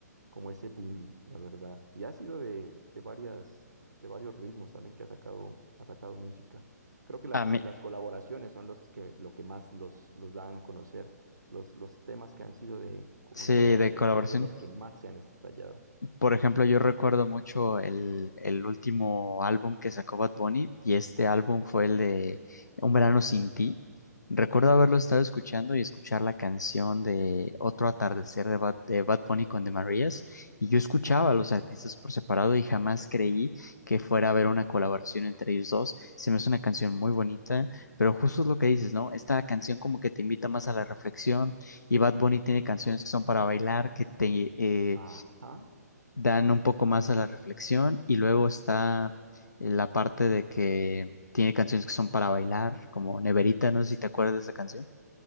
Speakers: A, on the right; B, on the left.
A: como ese boom, la verdad. Y ha sido de, de varias, de varios ritmos también que ha sacado, ha sacado música. Creo que la
B: A
A: co-
B: mí,
A: las colaboraciones son los que, lo que más los, los dan a conocer. Los, los temas que han sido de, co-
B: sí,
A: en colaboración
B: de colaboraciones.
A: han sido los que más se han estallado.
B: Por ejemplo, yo recuerdo mucho el, el último álbum que sacó Bad Bunny y este álbum fue el de Un verano sin ti. Recuerdo
A: Ujú.
B: haberlo estado escuchando y escuchar la canción de Otro atardecer de Bad, de Bad Bunny con The Marías y yo escuchaba a los artistas por separado y jamás creí que fuera a haber una colaboración entre ellos dos. Se me hace una canción muy bonita, pero justo es lo que dices, ¿no? Esta canción como que te invita más a la reflexión y Bad Bunny tiene canciones que son para bailar, que te... eh,
A: Ajá,
B: dan un poco más a la reflexión y luego está eh, la parte de que tiene canciones que son para bailar, como Neverita, no sé si te acuerdas de esa canción,